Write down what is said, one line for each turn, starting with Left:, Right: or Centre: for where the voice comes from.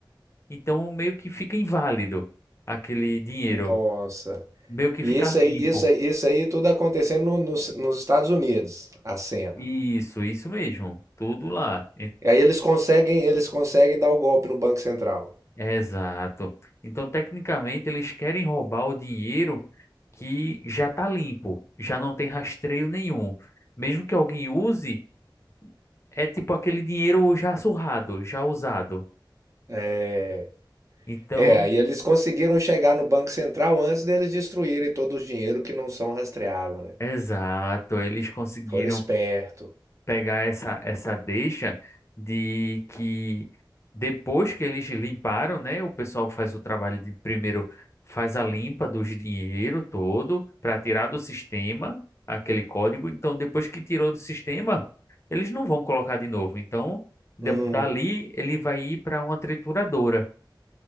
Left: Então, meio que fica inválido aquele dinheiro,
Right: Nossa.
Left: meio que
Right: E
Left: fica
Right: isso
Left: limpo.
Right: aí, isso aí, isso aí tudo acontecendo no- nos nos Estados Unidos, a cena.
Left: Isso, isso mesmo. Tudo lá.
Right: E aí eles conseguem, eles conseguem dar o golpe no Banco Central.
Left: Exato. Então, tecnicamente, eles querem roubar o dinheiro que já está limpo, já não tem rastreio nenhum. Mesmo que alguém use, é tipo aquele dinheiro já surrado, já usado.
Right: É,
Left: Então,
Right: é,
Left: é,
Right: aí eles conseguiram chegar no Banco Central antes deles destruírem todo o dinheiro que não são rastreável, né?
Left: exato, eles conseguiram
Right: Foram esperto.
Left: pegar essa, essa deixa de que depois que eles limparam, né, o pessoal faz o trabalho de primeiro faz a limpa do dinheiro todo para tirar do sistema aquele código. Então, depois que tirou do sistema, eles não vão colocar de novo. Então, de-
Right: Hum,
Left: dali ele vai ir para uma trituradora.